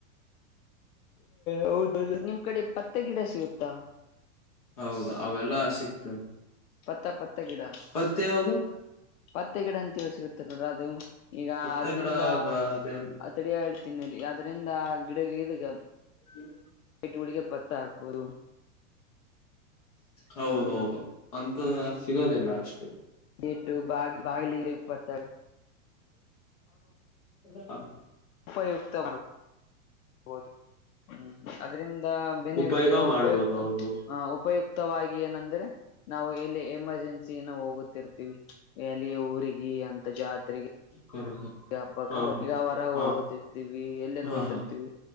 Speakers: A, on the left; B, on the left.
A: ಹೌದೌ ನಿಮ್ ಕಡೆ ಪತ್ತ ಗಿಡ ಸಿಗುತ್ತಾ.
B: ಹೌದು ಅವೆಲ್ಲಾ ಸಿಕ್ತ
A: ಪತ್ತ ಪತ್ತ ಗಡ
B: ಮತ್ತೆ ಯಾವ್ದು
A: ಪತ್ತ ಗಿಡ ಅಂತೀವಸಗ ತಿ ಅ ಈಗ
B: ಮತ್ತೆ
A: ಅದ್ರಿಂದ
B: ಗಿಡ ಅದೇನ್
A: ತಡಿಯ ಇಡ್ ತಿನ್ನ ಅದ್ರಂದ ಗಿಡ ಇದಗ
B: ಹ್ಮ್
A: ಪೈಟ್ಗಳಳಿಗೆ ಪತ್ತ ಹಾಕ್ಬೋದು
B: ಹೌದೌದು ಅಂತ ಸಿಗೋದಿಲ್ಲ ಅಷ್ಟು.
A: ಗೇಟು ಬಾಗಿ ಬಾಗಿಲಪ್ಪತವೆ.
B: ಹ್ಮ
A: ಉಪಯುಕ್ತ ಮಾಡ್ಬದುದು ಹ್ಮ. ಅದ್ರಂದ ಬೆನೆ
B: ಉಪಯೋಗ
A: ಈಗ
B: ಮಾಡ್ಬೋದು
A: ಉಪಯುಕ್ತ
B: ಹೌದು
A: ಉಪಯುಕ್ತ ಮುಕ್ತವಾಗಿ ಏನಂದ್ರೆ ನಾವು ಎಲ್ಲಿ ಎಮರ್ಜೆನ್ಸಿ. ಸನ ಹೋಗುತ್ತಿರ್ತಿವಿ ಎಲ್ಲಿ ಊರಿಗೆ ಅಂತ ಜಾತ್ರೆಗೆ
B: ಕರ ಹಾ
A: ಈ ಹಬ್ಬಕ್ಕ
B: ಹಾ
A: ಈಗ ಹೊರ
B: ಹಾ
A: ಓತಿಿರ್ತಿೀವಿ ಎಲ್ಲನು
B: ಹಾ
A: ಓದತಿರ್ತಿವಿ
B: ಹಾ